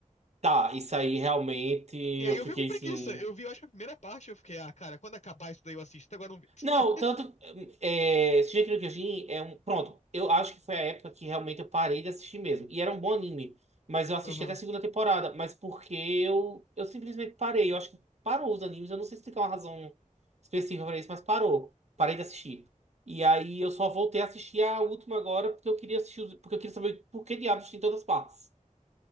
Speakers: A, on the right; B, on the left.
A: Tá, isso aí realmente eu
B: E aí eu
A: fiquei
B: fiquei com preguiça.
A: assim.
B: Eu vi, eu acho que a primeira parte, eu fiquei, ah, cara, quando acabar isso daí eu assisto. Até Agora eu não vi. <laughs>
A: Não, tanto. hum, É, Shingeki no Kyojin é um. Pronto, eu acho que foi a época que realmente eu parei de assistir mesmo. E era um bom anime. Mas eu assisti
B: Aham.
A: até a segunda temporada. Mas porque eu, eu simplesmente parei. Eu acho que parou os animes. Eu não sei explicar uma razão específica pra isso, mas parou. Parei de assistir. E aí eu só voltei a assistir a última agora porque eu queria assistir. os- Porque eu queria saber por que diabos tem todas as partes.